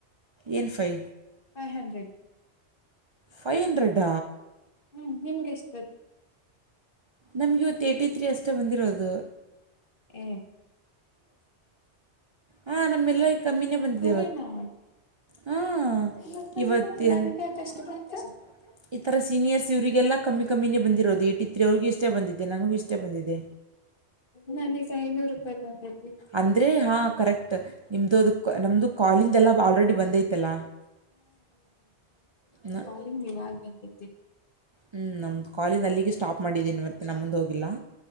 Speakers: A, on the right; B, on the left.
A: ಎಏನ್ five
B: five hundred
A: five hundred
B: ಹ್ಮ್ ನಿಮ್ಗೆಷ್ಟ
A: ನಮ್ಗೆತ್ತು ಏರ್ಟಿ ತ್ರೀ ಅಷ್ಟ ಬಂದಿರೋದು
B: ಹ್ಮ
A: ಹಾ ನಮ್ಮೆಲ್ಲ ಕಮ್ಮಿನೇ ಬಂದಿದೆ
B: ಕರೇನಾ
A: ಹ
B: ಮತ್ ನನ್ಗ
A: ಇವತ್ತು
B: ನನಗೆ
A: ಎ <unintelligible>
B: ಯಾಕಷ್ಟು ಬಂತು
A: ಈ ತರ ಸೀನಿಯರ್ಸ್ ಇವ್ರರಿಗೆಲ್ಲ ಕಮ್ಮಿ ಕಮ್ಮಿನೇ ಬಂದಿರೋದು ಏಟಿ ತ್ರೀ ಅವ್ರಿಗೆ ಇಷ್ಟೆ ಬಂದಿದ್ದೆ ನನಗೂ ಇಷ್ಟೆ ಬಂದಿದೆ
B: ನನಗ ಐನೂರು ರೂಪಾಯಿ ಬಂದೈತೆ
A: ಅಂದರೆ ಹಾಂ ಕರೆಕ್ಟ್ ನಿಮ್ಮದು ಅದಕ್ಕೆ ನಮ್ಮದು ಕಾಲಿಂಗೆಲ್ಲ ಆಲ್ರೆಡಿ ಬಂದೈತಲ್ಲ ನ
B: ನಿಮ್ದು ಇವಾಗ ಬಂದೈತೆ
A: ಹ್ಞೂ ನಮ್ಮ ಕಾಲಜ ಅಲ್ಲಿಗೆ ಸ್ಟಾಪ್ ಮಾಡಿದ್ದೀನಿ ಮೆ ನಮ್ಮದು ಹೋಗಿಲ್ಲ